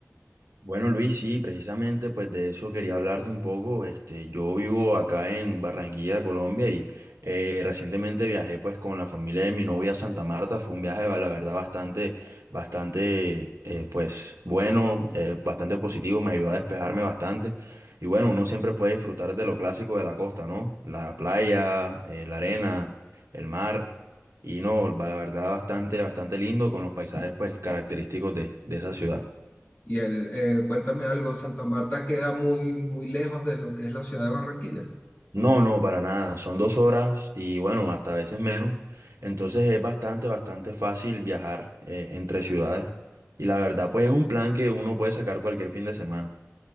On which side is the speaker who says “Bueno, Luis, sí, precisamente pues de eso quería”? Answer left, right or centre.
Right